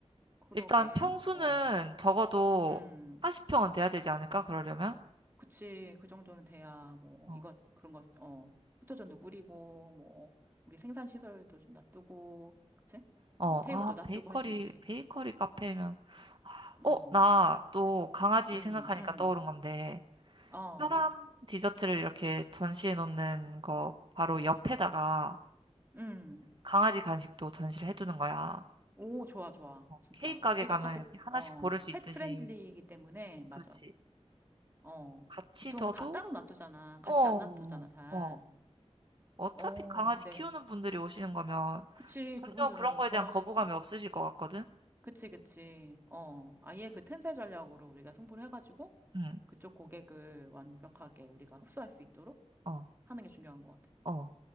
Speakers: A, on the right; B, on the right.
A: 그러게.
B: 일단 평수는
A: 어,
B: 적어도
A: 음.
B: 40평은 돼야 되지 않을까? 그러려면?
A: 그치. 그 정도는 돼야, 뭐,
B: 어,
A: 이것, 그런 거, 어, 포토존도 꾸리고, 뭐, 우리 생산시설도 좀 놔두고, 그치?
B: 어,
A: 어, 테이블도
B: 아,
A: 놔두고
B: 베이커리,
A: 할 수 있지.
B: 베이커리 카페면.
A: 음,
B: 어, 나 또 강아지
A: 음,
B: 생각하니까
A: 음.
B: 떠오른 건데,
A: 어,
B: 사람 디저트를 이렇게 전시해 놓는 거 바로 옆에다가
A: 음.
B: 강아지 간식도 전시를 해두는 거야.
A: 오, 좋아, 좋아.
B: 어,
A: 진짜.
B: 케이크 가게
A: 우리가
B: 가면
A: 어차피,
B: 이렇게 하나씩
A: 어,
B: 고를 수
A: 펫
B: 있듯이.
A: 프렌들리이기 때문에, 맞아.
B: 그렇지.
A: 어,
B: 같이
A: 보통은
B: 둬도,
A: 다 따로 놔두잖아. 같이
B: 어,
A: 안 놔두잖아, 잘.
B: 어, 어차피
A: 어,
B: 강아지
A: 근데,
B: 키우는 분들이 오시는 거면
A: 그치,
B: 전혀
A: 그분들은
B: 그런 거에
A: 좋아하시지.
B: 대한 거부감이 없으실 것 같거든?
A: 그치, 그치. 어, 아예 그 틈새 전략으로 우리가 승부를 해가지고,
B: 응,
A: 그쪽 고객을 완벽하게 우리가 흡수할 수 있도록
B: 어,
A: 하는 게 중요한 것 같아.
B: 어.